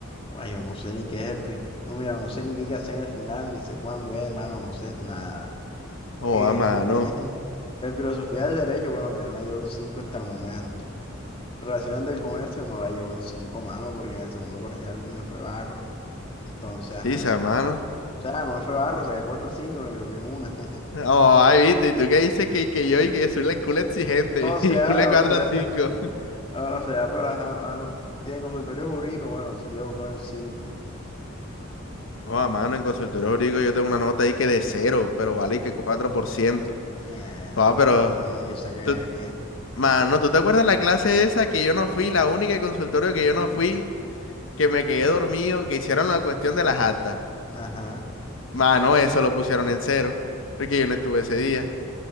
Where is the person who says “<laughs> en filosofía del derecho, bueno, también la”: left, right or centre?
Left